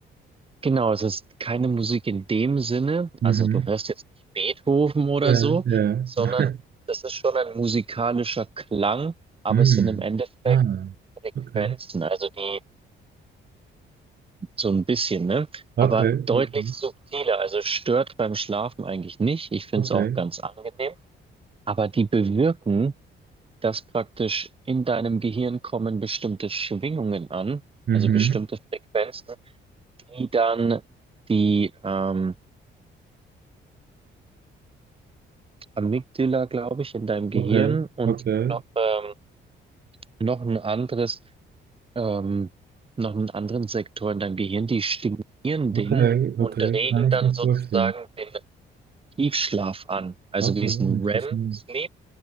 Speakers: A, on the right; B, on the right.
A: Genau, es ist keine Musik in dem Sinne,
B: Mhm.
A: also du hörst jetzt nicht Beethoven oder
B: Ja,
A: so,
B: ja.
A: sondern
B: <laughs>
A: das ist schon ein musikalischer Klang, aber
B: Hm.
A: es sind im Endeffekt
B: Ah,
A: Frequenzen,
B: okay.
A: also die so ein bisschen, ne?
B: Okay,
A: Aber deutlich
B: okay,
A: subtiler, also stört beim Schlafen eigentlich nicht. Ich finde
B: okay.
A: es auch ganz angenehm, aber die bewirken, dass praktisch in deinem Gehirn kommen bestimmte Schwingungen an,
B: Mhm.
A: also bestimmte Frequenzen, die dann die ähm, Amygdala, glaube ich, in deinem Gehirn
B: Okay,
A: und
B: okay,
A: noch, ähm, noch ein anderes, ähm, noch einen anderen Sektor in deinem Gehirn, die stimulieren
B: okay,
A: den
B: okay.
A: und regen
B: Kann
A: dann
B: ich mir
A: sozusagen
B: vorstellen.
A: den Tiefschlaf an, also
B: Okay,
A: diesen
B: interessant.
A: REM-Sleep,